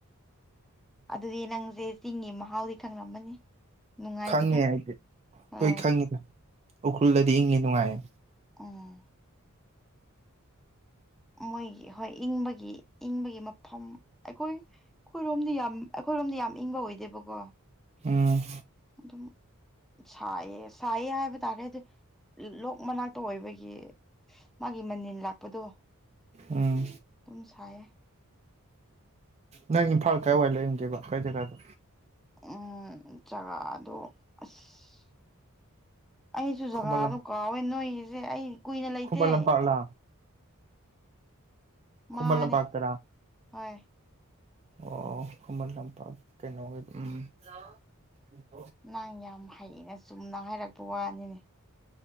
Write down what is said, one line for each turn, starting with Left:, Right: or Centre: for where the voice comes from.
Centre: ꯑꯗꯨꯗꯤ ꯅꯪꯁꯦ ꯆꯤꯡꯒꯤ ꯃꯍꯥꯎꯗꯤ ꯈꯪꯂꯝꯃꯅꯤ ꯅꯨꯡꯉꯥꯏꯕꯗꯣ
Right: ꯈꯪꯉꯦ ꯑꯩꯗꯤ
Centre: ꯍꯣꯏ
Right: ꯂꯣꯢ ꯈꯪꯉꯤ ꯎꯈ꯭ꯔꯨꯜꯗꯗꯤ ꯏꯪꯉꯤ ꯅꯨꯡꯉꯥꯏꯌꯦ
Centre: ꯎꯝ ꯃꯣꯏꯒꯤ ꯍꯣꯏ ꯏꯪꯕꯒꯤ ꯏꯪꯕꯒꯤ ꯃꯐꯝ ꯑꯩꯈꯣꯏ ꯑꯩꯈꯣꯏꯔꯣꯝꯗꯤ ꯌꯥꯝ ꯑꯩꯈꯣꯏꯔꯣꯝꯗꯤ ꯌꯥꯝ ꯏꯪꯕ ꯑꯣꯏꯗꯦꯕꯀꯣ
Right: ꯎꯝ
Centre: ꯑꯗꯨꯝ ꯁꯥꯏꯌꯦ ꯁꯥꯏꯌꯦ ꯍꯥꯏꯕ ꯇꯥꯔꯦꯗꯤ ꯂꯣꯛ ꯃꯅꯥꯛꯇ ꯑꯣꯏꯕꯒꯤ ꯃꯥꯒꯤ ꯃꯅꯤꯜ ꯂꯥꯛꯄꯗꯣ
Right: ꯎꯝ
Centre: ꯑꯗꯨꯝ ꯁꯥꯏꯌꯦ
Right: ꯅꯪ ꯢꯝꯐꯥꯜ ꯀꯥꯏ ꯋꯥꯏ ꯂꯩꯔꯝꯒꯦꯕ ꯀꯥꯢ ꯖꯥꯒꯥꯗ
Centre: ꯎꯝ ꯖꯒꯥꯗꯣ ꯑꯁ ꯑꯩꯁꯨ ꯖꯒꯥꯗꯣ
Right: ꯈꯨꯃꯟ ꯂꯝ
Centre: ꯀꯥꯎꯋꯦ ꯅꯣꯏꯒꯤꯁꯦ ꯑꯩ ꯀꯨꯏꯅ ꯂꯩꯇꯦ
Right: ꯈꯨꯃꯟ ꯂꯝꯄꯥꯛꯂꯥ
Centre: ꯃꯥꯅꯦ
Right: ꯈꯨꯃꯟ ꯂꯝꯄꯥꯛꯇꯔꯥ
Centre: ꯍꯣꯏ
Right: ꯑꯣ ꯈꯨꯃꯟ ꯂꯝꯄꯥꯛ ꯀꯩꯅꯣ ꯎꯝ
Centre: ꯅꯪ ꯌꯥꯝ ꯍꯩꯅ ꯆꯨꯝꯅ ꯍꯥꯏꯔꯛꯄ ꯋꯥꯅꯤꯅꯦ